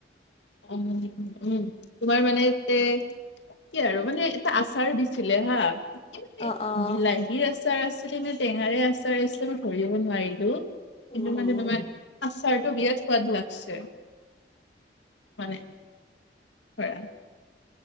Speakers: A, on the left; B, on the left.
A: উম - উম তোমাৰ মানে এতে- কি আৰু মানে এটা আচাৰো দিছিলে হা, কিবা
B: অ
A: <inaudible>
B: অ
A: বিলাহী আ আচাৰ আছিলে নে টেঙাৰে আচাৰ আছিলে, মই ধৰিব নোৱাৰিলো। কিন্তু
B: উম,
A: মানে
B: উম,
A: তোমাৰ আচাৰটো বিৰাত সোৱাদ লাগছে, মানে ধৰা